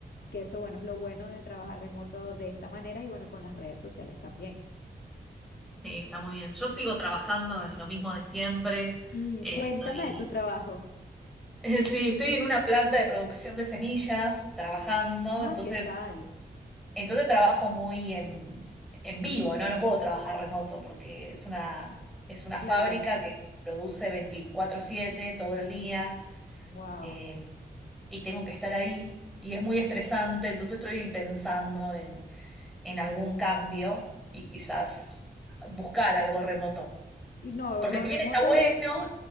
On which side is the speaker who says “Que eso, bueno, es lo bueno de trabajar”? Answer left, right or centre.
Left